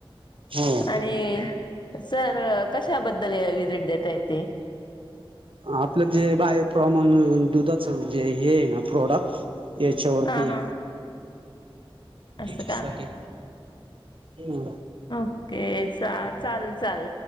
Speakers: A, on the right (about 65°); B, on the left (about 50°).
A: हो
B: आणि सर कशाबद्दल विजिट देता येते
A: आपलं ज बाय प्रमाण दुधाच जे हे आहे ना प्रोडक्ट याच्यावरती
B: हा हा असं
A: त्याच्यासाठी
B: का
A: हो
B: ओके चाल चाल चाल